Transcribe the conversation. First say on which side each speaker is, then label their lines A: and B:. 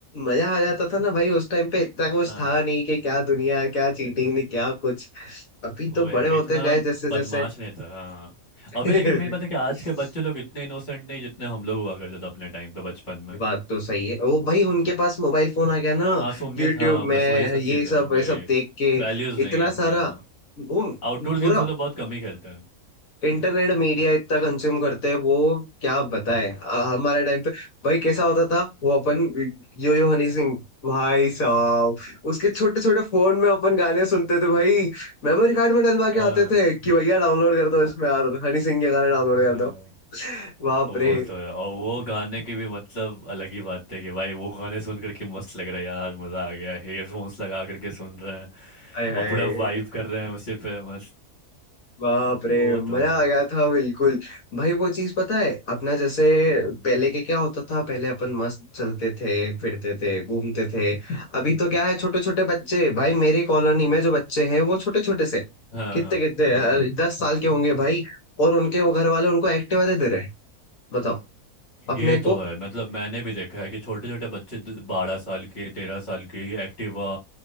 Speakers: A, on the left; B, on the left.
A: मजा आ जाता था ना भाई उस टाइम पे इतना कुछ
B: हाँ
A: था नहीं कि क्या दुनिया क्या चीटिंग
B: वही
A: नहीं क्या कुछ अभी तो
B: वही
A: बड़े
B: वही
A: होते
B: इतना
A: गए जैसे
B: बदमाश
A: जैसे
B: नहीं था हाँ
A: <laughs>
B: अभी लेकिन मेरी बात है कि आज के बच्चे लोग इतने इनोसेंट नहीं जितने हम लोग हुआ करते थे अपने टाइम पे बचपन में
A: ये बात तो सही है वो भाई उनके पास मोबाइल फोन आ गया ना
B: मासूमियत
A: यूट्यूब
B: हाँ बस
A: में
B: वही सब
A: ये
B: चीज़ है
A: सब
B: वही
A: ये सब देख के
B: वैल्यूज
A: इतना
B: नहीं है इसलिए
A: सारा
B: हाँ
A: वो
B: आउटडोर
A: पूरा
B: गेम्स हम लोग बहुत कम ही खेलते हैं
A: इंटरनेट मीडिया इतना कंज्यूम करते हैं वो क्या बताए हमारे टाइम पे भाई कैसा होता था वो अपन यो यो हनी सिंह भाई साहब उसके छोटे छोटे फोन में अपन गाने सुनते थे भाई मेमोरी कार्ड में डलवा के
B: हाँ
A: आते थे कि भैया डाउनलोड कर दो इसमें यार हनी सिंह के गाने डाउनलोड कर
B: हाँ
A: दो बाप
B: तो
A: रे
B: वो तो है और वो गाने की भी मतलब अलग ही बात है कि भाई वो गाने सुन करके मस्त लग रहा है यार मजा आ गया हेडफोन्स लगा करके सुन रहे हैं
A: हाय हाय
B: और पूरा वाइब कर रहे हैं उसी पे मस्त
A: बाप
B: तो
A: रे
B: वो
A: मजा
B: तो है यार
A: आ गया था बिल्कुल भाई वो चीज पता है अपना जैसे
B: हम्म
A: पहले के क्या होता था पहले अपन मस्त चलते थे फिरते थे घूमते थे अभी तो क्या है छोटे छोटे बच्चे भाई मेरी कॉलोनी में जो बच्चे हैं वो छोटे छोटे से
B: हाँ
A: कितने
B: हाँ
A: कितने अ,
B: हम्म हम्म।
A: दस साल के होंगे भाई और उनके वो घर वाले उनको एक्टिवा दे दे रहे हैं बताओ
B: ये
A: अपने
B: तो
A: को
B: है मतलब मैंने भी देखा है कि छोटे छोटे बच्चे बारह साल के तेरह साल के ही एक्टिवा